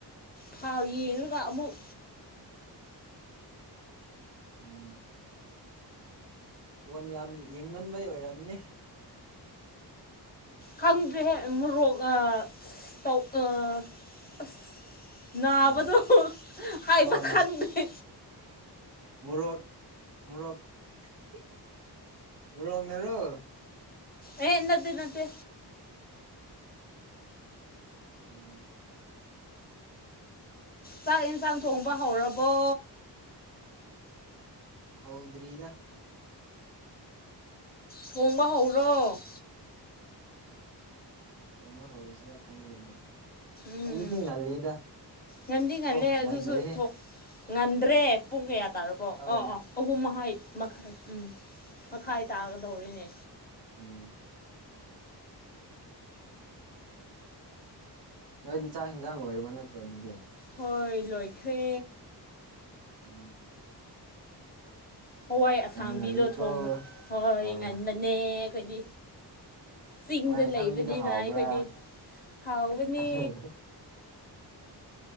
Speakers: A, on the left; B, on the right.
A: ꯊꯥꯎ ꯌꯦꯡꯉꯒ ꯑꯃꯨꯛ
B: ꯎꯝ ꯐꯣꯟ ꯌꯥꯝ ꯌꯦꯡꯃꯟꯕꯩ ꯑꯣꯏꯔꯝꯅꯤ
A: ꯈꯪꯗ꯭ꯔꯦꯍꯦ ꯃꯣꯔꯣꯛ ꯑ ꯑꯁ ꯇꯧ ꯑꯁ ꯅꯥꯕꯗꯣ
B: ꯑꯣ
A: ꯍꯥꯏꯕ
B: ꯑꯧ
A: ꯈꯪꯗꯦ
B: ꯃꯣꯔꯣꯛ-ꯃꯣꯔꯣꯛ-ꯃꯣꯔꯣꯛ ꯅꯔꯣ?
A: ꯑꯦ ꯏꯟꯗ ꯅꯠꯇꯦ
B: ꯎꯝ
A: ꯆꯥꯛ ꯌꯦꯟꯁꯥꯡ ꯊꯣꯡꯕ ꯍꯧꯔꯕꯣ
B: ꯍꯥꯎꯗ꯭ꯔꯔꯤꯗ
A: ꯊꯣꯡꯕ ꯍꯧꯔꯣ
B: ꯇꯣꯡꯕ ꯍꯧꯔꯤꯁꯤꯔꯥ ꯈꯪꯗꯦꯅꯦ
A: ꯎꯝ
B: ꯍꯧꯖꯤꯛꯇꯤ ꯉꯜꯂꯤꯗ
A: ꯉꯟꯗꯤ ꯉꯜꯂꯦ
B: ꯑꯣ ꯉꯟꯗ꯭ꯔꯦꯍꯦ
A: ꯑꯗꯨꯁꯨ ꯊꯣꯛ ꯉꯟꯗ꯭ꯔꯦ ꯄꯨꯡ ꯀꯌꯥ ꯇꯥꯔꯕꯣ
B: ꯑꯥ
A: ꯑꯣ ꯑꯣ ꯑꯍꯨꯝ ꯃꯈꯥꯏ ꯃꯈꯥꯏ ꯎꯝ꯫ ꯃꯈꯥꯏ ꯇꯥꯒꯗꯧꯔꯤꯅꯦ
B: ꯎꯝ ꯅꯣꯏꯗꯤ ꯆꯥꯛ ꯍꯟꯖꯥꯡ ꯂꯣꯏꯔꯤꯕ ꯅꯠꯇ꯭ꯔꯣ ꯑꯗꯨꯗꯤ
A: ꯍꯣꯏ ꯂꯣꯏꯈ꯭ꯔꯦ
B: ꯎꯝ
A: ꯍꯋꯥꯏ ꯑꯁꯥꯡꯕꯤꯗꯣ
B: ꯌꯥꯝ ꯉꯜꯂꯤꯀꯣ
A: ꯊꯣꯡ ꯍꯣꯏ
B: ꯑꯥ
A: ꯉꯟꯕꯅꯦ ꯑꯩꯈꯣꯏꯗꯤ ꯆꯤꯡꯗ
B: ꯍꯋꯥꯏ ꯑꯁꯥꯡꯕꯤꯗꯣ
A: ꯂꯩꯕꯅꯤꯅ
B: ꯍꯥꯎꯕ꯭ꯔꯥ
A: ꯑꯩꯈꯣꯏꯗꯤ ꯍꯥꯎꯕꯅꯦ
B: ꯑꯣ